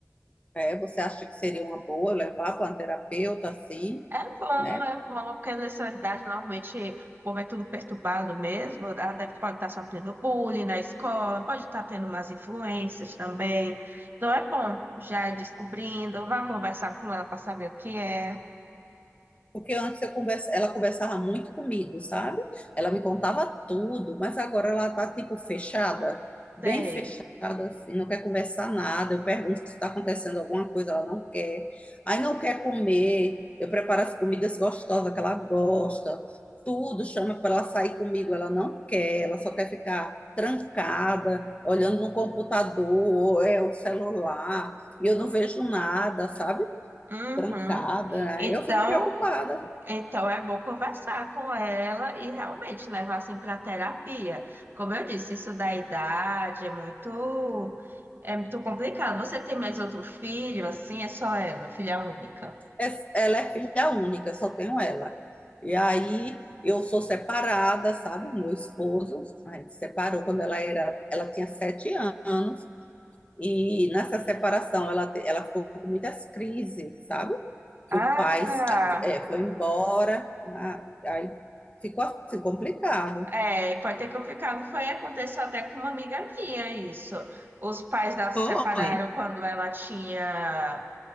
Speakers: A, on the left; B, on the right.
A: É, você acha que seria uma boa levar para um terapeuta assim,
B: É bom,
A: né?
B: é bom, porque nessa idade normalmente o povo é tudo perturbado mesmo, Ela deve- pode estar sofrendo bullying na escola, pode estar tendo umas influências também. Então é bom já ir descobrindo, vá conversar com ela para saber o que é.
A: Porque antes eu conversa, ela conversava muito comigo, sabe? Ela me contava tudo, mas agora ela tá tipo fechada, bem
B: Sei.
A: fechada, assim, não quer conversar nada. Eu pergunto se está acontecendo alguma coisa, ela não quer. Aí não quer comer. Eu preparo as comidas gostosas que ela gosta. Tudo chama para ela sair comigo, ela não quer, ela só quer ficar trancada, olhando no computador, ou é o celular, e eu não vejo nada, sabe?
B: Uhum.
A: Trancada.
B: Então,
A: Eu fico preocupada.
B: Então é bom conversar com ela e realmente levar assim para terapia. Como eu disse, isso da idade é muito é muito complicado. Você tem mais outro filho assim? É só ela, filha única.
A: é- ela é filha única, só tenho ela. E aí eu sou separada, sabe? Meu esposo, a gente separou quando ela era, ela tinha sete anos, e nessa separação ela, te- ela ficou com muitas crises, sabe? Que
B: Ah,
A: o pai ah, é, foi embora, ah, aí ficou assim complicado.
B: é, pode ter complicado. Foi, aconteceu até com uma amiga minha isso. Os pais dela se
A: Foi.
B: separaram quando ela tinha